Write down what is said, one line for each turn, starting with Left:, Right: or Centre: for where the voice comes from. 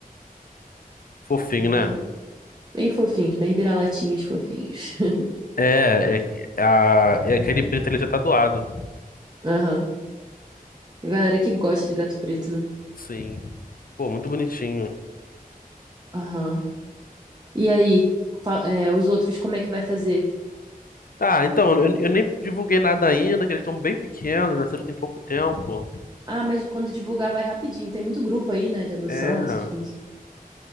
Left: Fofinho,
Right: Bem,
Left: né?
Right: bem fofinhos, bem vira-latinhas fofinhos. <laughs>
Left: É, é, que a, é aquele preto ele já tá doado.
Right: Aham. Tem Galera que gosta de gato preto, né?
Left: Sim. Pô, muito bonitinho.
Right: Aham. E aí? Fa- é, os outros, como é que vai fazer?
Left: Ah, então, eu, eu nem divulguei nada ainda, que eles estão bem pequenos, nasceram tem pouco tempo.
Right: Ah, mas quando divulgar vai rapidinho. Tem muito grupo aí, né, de adoção,
Left: É,
Right: essas coisas.